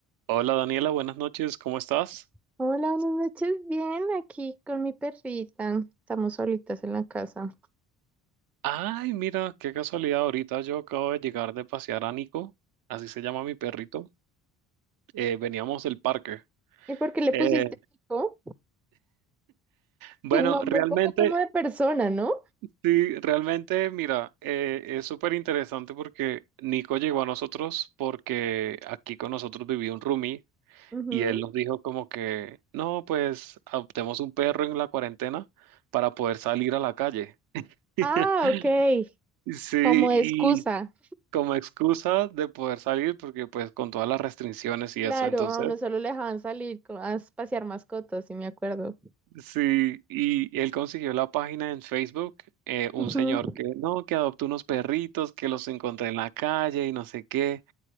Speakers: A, on the right; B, in the centre.
A: Hola Daniela, buenas noches, ¿cómo estás?
B: Hola, buenas noches. Bien, aquí con mi perrita. Estamos solitas en la casa.
A: Ay, mira, qué casualidad, ahorita yo acabo de llegar de pasear a Nico, así se llama mi perrito. Eh, veníamos del parque.
B: ¿Y por qué le
A: Eh,
B: pusiste Nico?
A: bueno,
B: Es un nombre
A: realmente,
B: un poco como de persona, ¿no?
A: sí, realmente, mira, eh, es súper interesante porque Nico llegó a nosotros porque aquí con nosotros vivía un roomie
B: Ujú.
A: y él nos dijo como que, no, pues adoptemos un perro en la cuarentena para poder salir a la calle. <laughs>
B: Ah, ok.
A: Sí,
B: Como de
A: y
B: excusa.
A: como excusa de poder salir, porque pues con todas las restricciones y
B: Claro,
A: eso, entonces,
B: a uno solo le dejaban salir co- a pasear mascotas, si me acuerdo.
A: sí, y él consiguió la página en Facebook, eh, un
B: Ujú.
A: señor que no, que adoptó unos perritos, que los encontré en la calle y no sé qué,